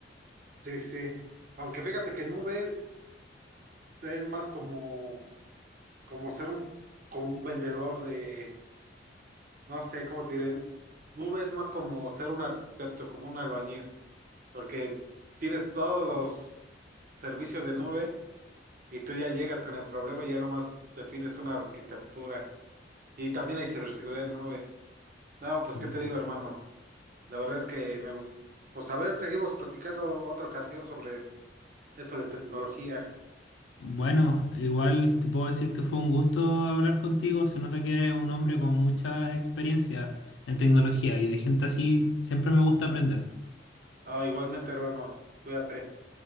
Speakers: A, on the right; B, on the left.
A: Sí, sí. Aunque fíjate que Nube es más como, como ser un, como un vendedor de, no sé cómo te diré. Nube es más como ser un arquitecto, como un albañil, porque tienes todos los servicios de Nube y tú ya llegas con el problema y ya nomás defines una arquitectura. Y también hay ciberseguridad en Nube. No, pues
B: Mm.
A: qué te digo, hermano. La verdad es que me gusta. Pues a ver, seguimos platicando otra ocasión sobre eso de tecnología.
B: Bueno, igual te puedo decir que fue un gusto hablar contigo. Se nota que eres un hombre con mucha experiencia en tecnología y de gente así siempre me gusta aprender.
A: Ah, igualmente, hermano, cuídate.